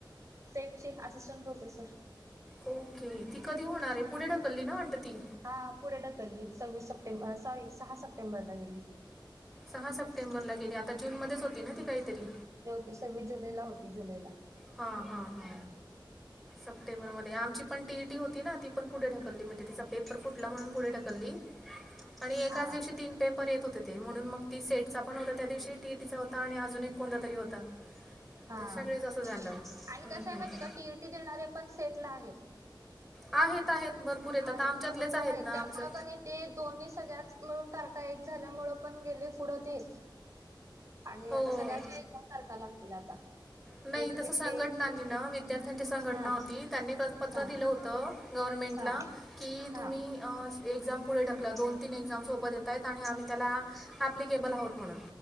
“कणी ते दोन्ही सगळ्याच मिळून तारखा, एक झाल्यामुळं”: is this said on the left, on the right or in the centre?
Right